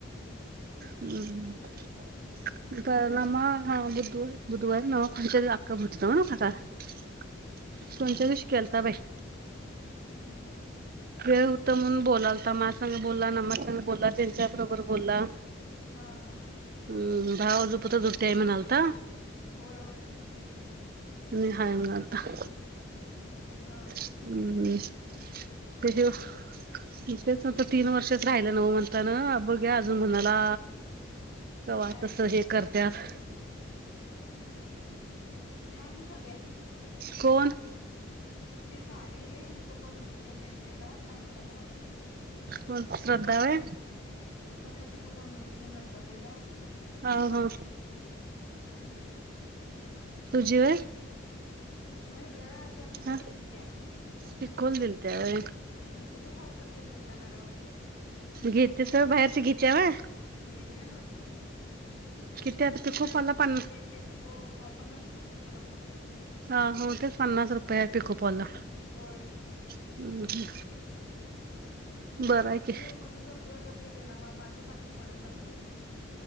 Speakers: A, on the right; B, on the left.
A: हम्म ह <unintelligible> बुधवार बुधवार न कोच आ भुटत ना काका <unintelligible> खच्या दिशी केलता बाई
B: हम्म.
A: वेळ होता, म्हणून बोलाल मा संग बोला न् संग बोला त्यांच्या बरोबर बोलला.
B: हा हा
A: हम दहा वाजेपर्यंत ड्युटी हाय म्हणालता.
B: होय होय
A: आणि हाय म्हणालता.
B: हा हा.
A: हम्म
B: <unintelligible>
A: ते ह्यो तेच आता तीन वर्षात राहिलं नव म्हणताना बघ्या अजून म्हणाला. कवा
B: काय
A: तस हे करत्यात.
B: छान दिसल्या
A: कोण
B: ती साडी पिको! करून नेलते नेसलेता छान दिसल्या म्हटल.
A: म श्रद्धा होय.
B: स्वतः पिको करून दिलती की नंदाताईला.
A: हा हा तुझी व्हय
B: नाही ग. त्या पिकाला
A: हा
B: दिल्या
A: पिकोल दिलत्या व्हय
B: पिको फॉल करते श्रद्धा. मॅडम
A: घेततीेस होय बाहेरच घेत्यावय.
B: घेत्या नाव.
A: किती आता पिकोफॉलला
B: मी जास्त बसत
A: पन्ना
B: नाही बन ते पिको फॉ पन्नास रुपये पिको फॉलला.
A: हा हा तेच पन्नास रुपये. आहे पिकोफॉलला
B: दिसते क होला म्हणून
A: हम्म
B: <unintelligible> श्रद्धा
A: बरं आहे
B: बसते
A: की
B: ते मशीन ज जड जात ना मग माझ्या. पाटीत वडन लागतेय.